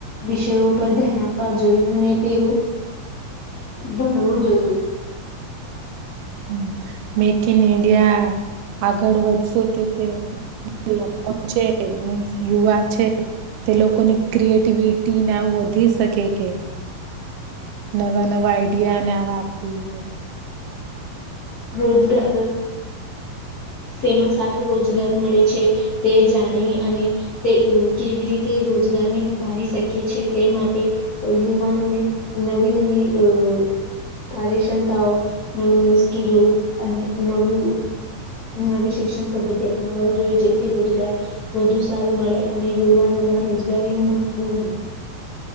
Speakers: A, on the left (about 65°); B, on the right (about 80°).
A: વિષયો પર ધ્યાન આપવા જોઈએ. અને તેવ ભણવું જોઈએ. <inaudible>
B: હમ મેક ઇન ઇન્ડિયા આગળ વધશે કે તે લોકો છે મીન્ યુવા છે. તે લોકોની ક્રિએટિવિટીને આવ વધી શકે કે, નવા નવા આઈડિયાને આપી.
A: રોજગાર તેમાં સારો રોજગાર મળે છે. તે જાણી અને તે કેવી રીતે રોજગારને વધારી શકે છે તે માટે યુવાનોને નવી નવી અ કાર્યક્ષમતાઓ નવી નવી. સ્કીલો અને નવી નવી શિક્ષણ પદ્ધતિ અપનાવવા જોઈએ. જેથી રોજગાર વધુ સારો મળે અને યુવાનો માં રોજગારી ન મહત્વ વધે.